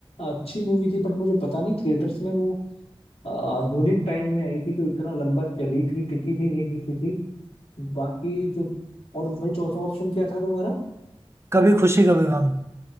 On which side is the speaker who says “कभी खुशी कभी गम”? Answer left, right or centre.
Right